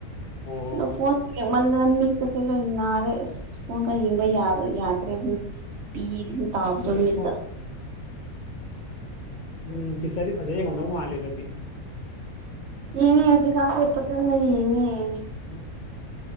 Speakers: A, on the left; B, on the right.
A: ꯑꯣ
B: ꯑ ꯐꯣꯟꯣꯟ ꯟꯗꯅ ꯃꯤꯀꯁꯦ ꯂꯣꯏ ꯅꯥꯔꯦ ꯑꯁꯣꯟꯒ ꯍꯤꯡꯕ ꯌꯥ ꯌꯥꯗ꯭ꯔꯦ ꯄꯤ ꯑꯗꯨꯝ ꯇꯥꯕꯕꯃꯤꯠꯇ
A: ꯑꯗꯨ ꯑꯣ ꯎꯝ ꯁꯤꯁꯔꯗꯤ ꯐꯖꯩ ꯌꯦꯡꯉꯝꯗꯧ ꯃꯥꯜꯂꯦ ꯑꯗꯨꯗꯤ
B: ꯌꯦꯡꯉꯦ ꯍꯧꯖꯤꯛꯀꯥꯟꯁꯦ ꯐꯖꯅ ꯌꯦꯡꯉꯦ
A: ꯎꯝ